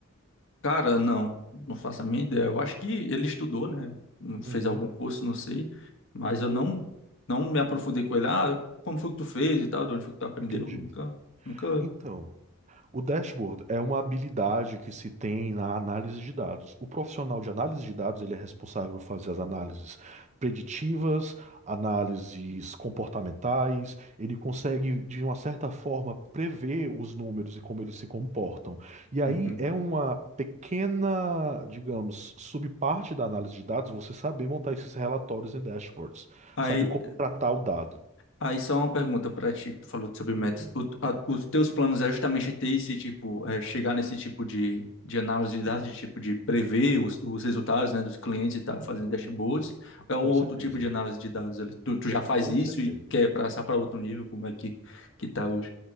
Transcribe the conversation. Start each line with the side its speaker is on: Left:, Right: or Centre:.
Left: Cara, não, não faço a minha ideia. Eu acho que ele estudou, né? Fez
Right: Uhum,
Left: algum curso, não sei, mas eu não não me aprofundei com ele. Ah, como foi que tu fez e tal, de onde foi que tu aprendeu?
Right: entendi.
Left: Nunca, nunca.
Right: Então. O dashboard é uma habilidade que se tem na análise de dados. O profissional de análise de dados, ele é responsável por fazer as análises preditivas, análises comportamentais, ele consegue, de uma certa forma, prever os números e como eles se comportam. E aí
Left: Uhum.
Right: é uma pequena, digamos, subparte da análise de dados você saber montar esses relatórios em dashboards,
Left: Aí
Right: saber como tratar o dado.
Left: Aí só uma pergunta pra ti, que tu falou sobre
Right: Uhum,
Left: metas. O- a- os teus planos é justamente ter esse tipo, é, chegar nesse tipo de, de análise de dados, de tipo de prever os, os resultados, né, dos clientes e tal, fazendo
Right: uhum.
Left: dashboards, ou é
Right: Com
Left: um outro
Right: certeza.
Left: tipo de análise de dados ali? Tu, tu já faz
Right: Com
Left: isso
Right: certeza.
Left: e quer passar para outro nível, como é que, que tá hoje?